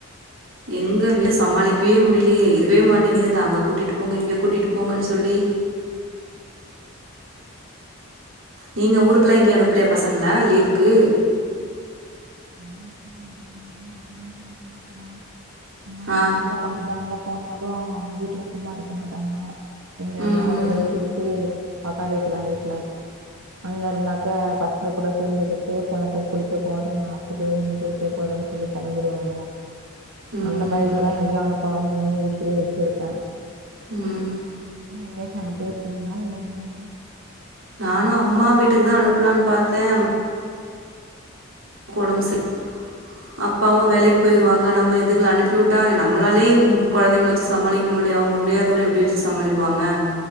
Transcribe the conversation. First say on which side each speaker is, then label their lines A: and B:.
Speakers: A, on the right; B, on the right.
A: எங்க
B: ம்,
A: வீட்ட சமாளிக்கவே முடிய அப்டிலையே இருகவே மாட்டேங்குதுங்க அங்க கூட்டிட்டு போங்க இங்க கூட்டிட்டு போங்கன்னு சொல்லி நீங்க ஊருக்குல்லாம் எங்கய அனுப்ப ளையா பசங்களா
B: இப்போ
A: லீவுக்கு
B: ன தான் அக்குல்லாம் சொல்லி பாக்குறோம் ஆமாங்க
A: ஆ
B: வெயில பாருதா அங்க <unintelligible> வீட்டுல சும்மா இருக்க மாட்டாங்க இங்க
A: ம்
B: இருந்தாவது
A: ம்
B: எதாவ திட்டி உக்கார வக்கலாம் வீட்டுல அங்க இருந்தாக்க பசங்க கூட சேர்ந்துக்கிட்டு கிணத்துக்கு குளிக்க போறங்க த்துக்கு குளிக்க போறேன்னு சொல்லி கிளம்பிடுவாங்க
A: ம்
B: அந்த பயத்துல
A: ம்
B: தான் எங்கேயும் அனுப்பாம இம் வீட்லயே வச்சிருக்கா
A: ம்
B: நீ எங்கயாசம் அனுப்பி இருப்பீன்னா இல்ல இன்னும்
A: நானும் அம்மா வீட்டுக்கு தான் அனுப்புலான்னு பாத்தேன் அங்க உடம்பு செர அப்பாவும் வேலக்கு போயடுவாங்க நம்ம இதுங்களை அனுப்பிவிட்டா நம்மளாலே கெழந்தைங்க வச்சு சமாளிக்க முடியல அவங்க முடியாதோட எப்டி வச்சு சமாளிப்பாங்க